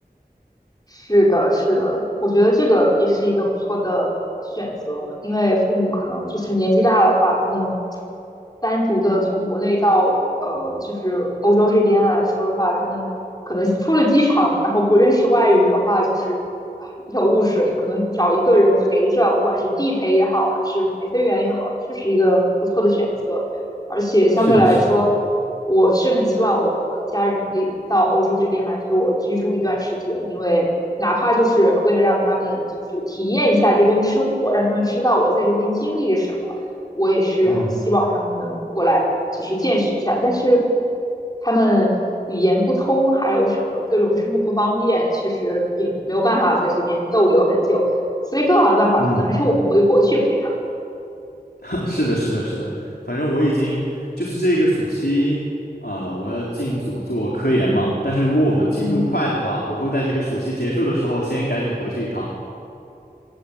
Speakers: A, on the left; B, on the left.
A: 是的，是的，我觉得这个也是一个不错的选择，因为父母可能就是年纪大的话，他们单独的从国内到呃，就是欧洲这边来说的话，他们可能出了机场，然后不认识外语的话，就是啊一头雾水，可能找一个人陪着，不管是地陪也好，还是陪飞员也好，确实一个不错的选择，而且相对来说。
B: 是的，是的，
A: 我是很希望我的家人可以到欧洲这边来陪我居住一段时间，因为哪怕就是为了让他们就是体验一下这边的生活，让他们知道我在这边经历了什么，我也是很希望他们能过来就是见识一下。
B: 嗯
A: 但是他们语言不通，还有什么各种生活不方便，确实也没有办法在这边逗留很久。所以更好的办法可能还是我们回国去陪他
B: 嗯，<laughs> 是的，是的，是的。反正我已经就是这个暑期，呃，我要进组做科研嘛。但是如果我们进度快的话，
A: 嗯
B: 我会在这个暑期结束的时候先赶紧回去一趟。